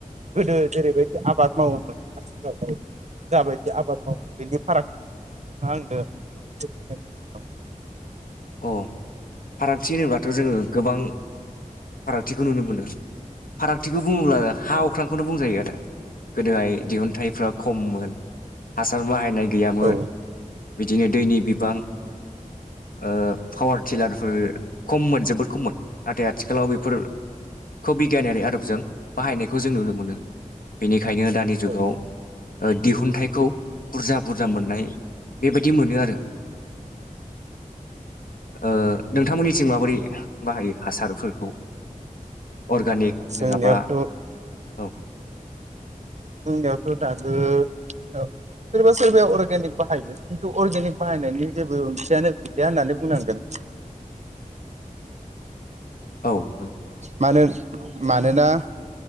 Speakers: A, on the right; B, on the left.
A: गोदो जेरैबायदि आबाद मावोमोन आथिलाव जाबायदि आबाद मावो बेनि फाराग आंनो फोरमायनो नामा
B: अ फारागथि होनोब्लाथ' जोङो गोबां फारागथिखौ नुनो मोनो फारागथिखौ बुङोब्ला हा अख्रांखौनो बुंजायो आरो गोदोहाय दिहुनथाइफ्रा खममोन हासार बाहायनाय गैयामोन
A: औ
B: बिदिनो दैनि बिबां ओ पावार टिलारफोर खममोन जोबोद खममोन नाथाय आथिखालाव बेफोरखौ बिगियानारि आदबजों बाहायनायखौ जों नुनो मोनो बेनि खायनो दानि जुगाव
A: औ
B: ओ दिहुनथाइखौ बुरजा बुरजा मोननाय बे बायदि मोनो आरो ओ नोंथांमोननिथिं माबोरै बाहायो हासारफोरखौ अर्गानिक
A: जोंनियावथ'
B: नङाबा औ
A: जोंनियावथ' दाबो ओ सोरबा सोरबाया अर्गेनिक बाहायो खिन्थु अर्गेनिक बाहायनायनि जेबो ओंथियानो गैलिया होननानै बुंनांगोन
B: औ नंगौ
A: मानो मानोना